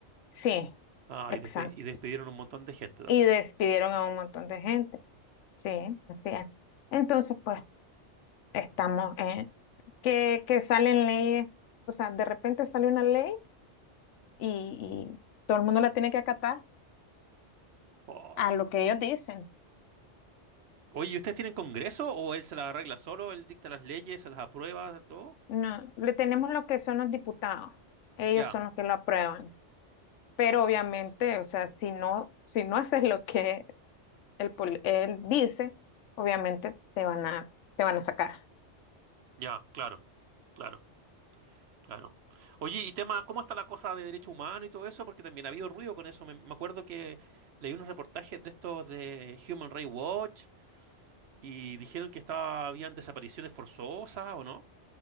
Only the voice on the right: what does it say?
Ah,
y, despe- y despidieron un montón de gente, te
apuesto.
Oh.
Oye, ¿y ustedes tienen congreso o él se las arregla solo? ¿Él dicta las leyes, se las aprueba, todo?
Ya,
ya, claro, claro. Claro. Oye, y tema, ¿cómo está la cosa de derechos humanos y todo eso? Porque también ha habido ruido con eso. Me, me acuerdo que leí unos reportajes de estos de Human Rights Watch y dijeron que estaba, habían desapariciones forzosas, ¿o no?